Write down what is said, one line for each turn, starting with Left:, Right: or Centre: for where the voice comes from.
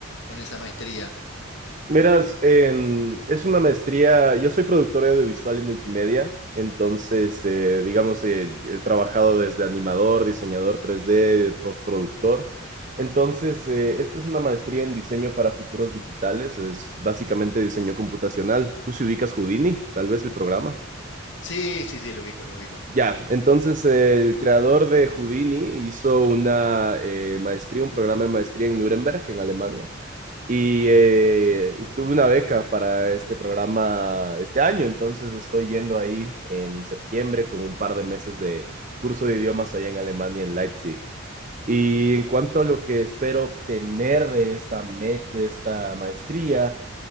Left: con esa maestría.
Right: Miras, em, es una maestría, yo soy productor audiovisual y multimedia, entonces, eh, digamos, eh, he trabajado desde animador, diseñador tres d postproductor. Entonces, eh, esta es una maestría en diseño para futuros digitales, es básicamente diseño computacional. Tú si ubicas Houdini, tal vez el programa.
Left: Sí, sí, sí, lo ubico, lo ubico.
Right: Ya, entonces eh, el creador de Houdini hizo una eh, maestría, un programa de maestría en Nuremberg, en Alemania y eh, obtuve una beca para este programa este año, entonces estoy yendo ahí en septiembre con un par de meses de curso de idiomas allá en Alemania, en Leipzig. Y en cuanto a lo que espero obtener de esta, me- de esta maestría,